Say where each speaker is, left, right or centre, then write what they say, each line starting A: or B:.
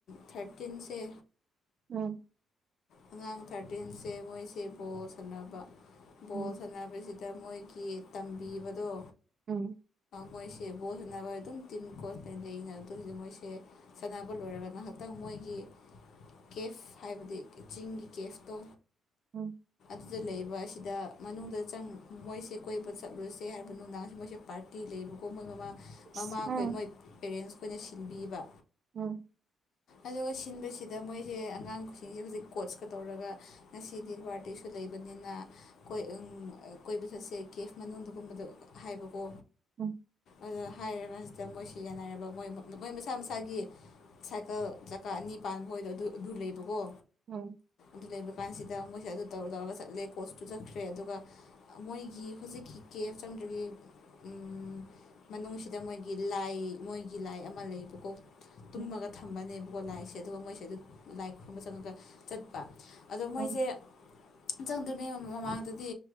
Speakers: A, on the left (about 65°); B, on the right (about 50°).
A: ꯊꯥꯔꯇꯤꯟꯁꯦ
B: ꯎꯝ
A: ꯑꯉꯥꯡ ꯊꯥꯔꯇꯤꯟꯁꯦ ꯃꯣꯏꯁꯦ ꯕꯣꯜ ꯁꯥꯟꯅꯕ ꯕꯣꯜ
B: ꯎꯝ
A: ꯁꯥꯟꯅꯕꯁꯤ ꯗ ꯃꯣꯏꯒꯤ ꯇꯝꯕꯤꯕꯗꯣ
B: ꯑꯪ
A: ꯃꯣꯏꯁꯦ ꯕꯣꯜ ꯁꯥꯟꯅꯕ ꯑꯗꯨꯝ ꯇꯤꯝ ꯀꯣꯠꯆ ꯂꯩꯩꯅ ꯑꯗꯨ ꯃꯣꯏꯁꯦ ꯁꯥꯟꯅꯕ ꯂꯣꯏꯔꯒ ꯉꯍꯥꯛꯇꯪ ꯃꯣꯏꯒꯤ ꯀꯦꯐ ꯍꯥꯏꯕꯗꯤ ꯆꯤꯡꯒꯤ ꯀꯦꯐꯇꯣ
B: ꯎꯝ
A: ꯁꯤꯗ ꯂꯩꯕ ꯑꯁꯤꯗ ꯃꯅꯨꯡꯗ ꯆꯪ ꯃꯣꯏꯁꯦ ꯀꯣꯏꯕ ꯆꯠꯂꯨꯁꯦ ꯍꯥꯏꯕ ꯅꯨꯡꯗꯥꯡ ꯃꯣꯏꯁꯦ ꯄꯥꯔꯇꯤ ꯂꯩ ꯕꯀꯣ ꯃꯣꯏ ꯃꯃꯥ
B: ꯏꯁ
A: ꯃꯃꯥꯈꯣꯏ
B: ꯎꯝ
A: ꯃꯣꯏ ꯄꯦꯔꯦꯟꯁ ꯈꯣꯏꯅ ꯁꯤꯟꯕꯤꯕ
B: ꯎꯝ
A: ꯑꯗꯨꯒ ꯁꯤꯟꯕꯁꯤꯗ ꯃꯣꯏꯁꯦ ꯑꯉꯥꯡ ꯈꯨꯁꯤꯁꯦ ꯍꯧꯖꯤꯛ ꯀꯣꯁꯀ ꯇꯧꯔꯒ ꯉꯁꯤꯗꯤ ꯕꯥꯔꯗꯦꯁꯨ ꯂꯩꯕꯅꯤꯅ ꯀꯣꯏ ꯎꯝ ꯀꯣꯏꯕ ꯆꯠꯁꯦ ꯀꯦꯐ ꯃꯅꯨꯡꯗꯒꯨꯝꯕꯗ ꯍꯥꯏꯕꯀꯣ
B: ꯎꯝ
A: ꯑꯗ ꯍꯥꯏꯔꯀꯥꯟꯁꯤꯗ ꯃꯣꯏꯁꯤ ꯌꯥꯟꯅꯔꯕ ꯃꯣꯏ ꯃꯣꯏ ꯃꯁꯥ ꯃꯁꯥꯒꯤ ꯁꯥꯏꯀꯜ ꯆꯀꯥ ꯑꯅꯤ ꯄꯥꯟꯕꯍꯣꯏꯗꯣ ꯑꯗꯨ ꯑꯗꯨ ꯂꯩꯕꯀꯣ
B: ꯎꯝ
A: ꯑꯗꯨ ꯂꯩꯕ ꯀꯥꯟꯁꯤꯗ ꯃꯣꯏꯁꯦ ꯑꯗꯨ ꯇꯧꯔ ꯇꯧꯔꯒ ꯆꯠꯂꯦ ꯀꯣꯁꯇꯨ ꯆꯠꯈ꯭ꯔꯦ ꯑꯗꯨꯒ ꯃꯣꯏꯒꯤ ꯍꯧꯖꯤꯛꯀꯤ ꯀꯦ ꯑꯦꯕ ꯆꯟꯗ꯭ꯔꯒꯤ ꯎꯝ ꯃꯅꯨꯡꯁꯤꯗ ꯃꯣꯏꯒꯤ ꯂꯥꯏ ꯃꯣꯏꯒꯤ ꯂꯥꯏ ꯑꯃ ꯂꯩꯕꯀꯣ ꯇꯨꯝꯃꯒ
B: ꯎꯝ
A: ꯊꯝꯕꯅꯦꯕꯀꯣ ꯂꯥꯏꯁꯦ ꯑꯗꯨꯒ ꯃꯣꯏꯁꯦ ꯑꯗꯨ ꯂꯥꯏ ꯈꯨꯔꯝꯕ ꯆꯪꯉꯒ ꯆꯠꯄ ꯑꯗꯣ
B: ꯎꯝ
A: ꯃꯣꯏꯖꯦ ꯆꯪꯗ꯭ꯔꯤꯉꯩ ꯃꯃꯥꯡꯗꯗꯤ